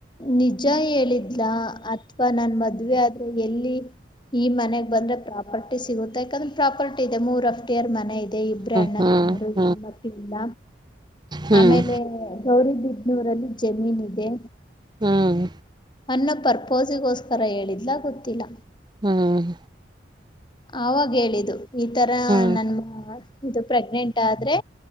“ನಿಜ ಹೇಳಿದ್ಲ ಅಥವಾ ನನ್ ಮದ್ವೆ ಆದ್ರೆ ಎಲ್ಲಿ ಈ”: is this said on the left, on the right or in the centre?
Left